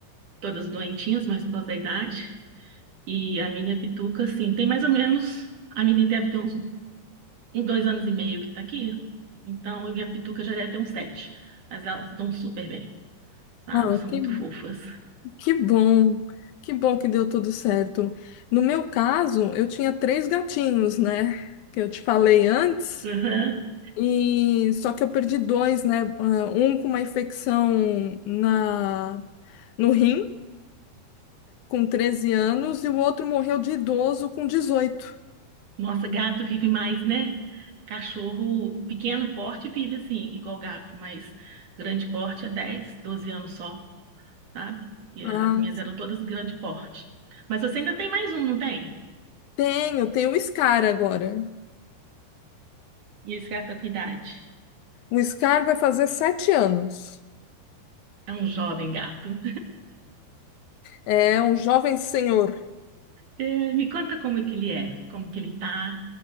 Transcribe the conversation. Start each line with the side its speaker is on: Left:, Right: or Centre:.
Right: Todas doentinhas, mas por causa da idade. E a minha pituca, assim, tem mais ou menos. A menina deve ter uns, uns dois anos e meio que tá aqui. Então, e a pituca já deve ter uns sete. Mas elas dão super bem, sabe?
Left: Ah,
Right: São
Left: que,
Right: muito fofas.
Left: que bom. Que bom que deu tudo certo. No meu caso, eu tinha três gatinhos, né? Que eu te falei antes.
Right: Uhum.
Left: E só que eu perdi dois, né? Ah, Um com uma infecção na no rim com 13 anos e o outro morreu de idoso com dezoito.
Right: Nossa, gato vive mais, né? Cachorro, pequeno porte, vive assim, igual gato, mas grande porte é 10 12 anos só. sabe? E
Left: Ah,
Right: as minhas eram todas grande porte. Mas você ainda tem mais um, não tem?
Left: tenho, tenho o Scar agora.
Right: E esse gato tá com idade.
Left: O Scar vai fazer sete anos.
Right: É um jovem gato.
Left: É um jovem senhor.
Right: É, me conta como é que ele é, como que ele tá.